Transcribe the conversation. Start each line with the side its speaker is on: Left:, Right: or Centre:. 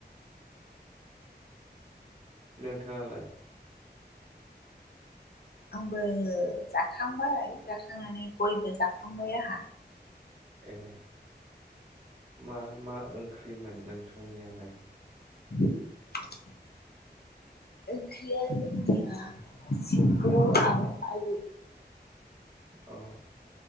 Right: नोंथाङालाय
Left: आंबो जाखांबाय जाखांनानै गयबो जाखांबाय आंहा
Right: ए मा मा ओंख्रिमोन नोंथांनियालाय
Left: <inaudible> ओंख्रिया जोंनिया सिब्रु आरो आलु
Right: अ